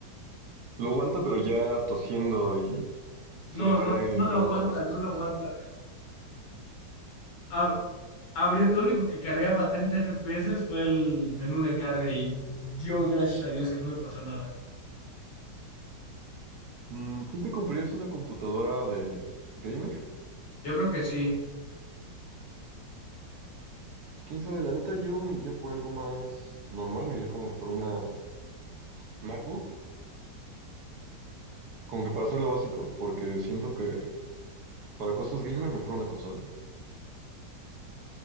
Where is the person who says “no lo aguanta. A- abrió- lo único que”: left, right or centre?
Left